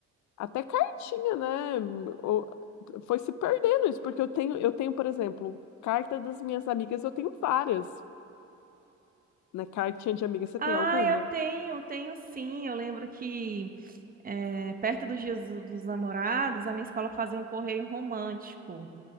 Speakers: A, on the left; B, on the right.
A: até cartinha, né? O- Foi se perdendo isso, porque eu tenho, eu tenho, por exemplo, carta das minhas amigas, eu tenho várias, né? Cartinha de amiga, você
B: Ah,
A: tem alguma?
B: eu tenho, tenho sim. Eu lembro que É, perto dos dias do- dos namorados, a minha escola fazia um correio romântico,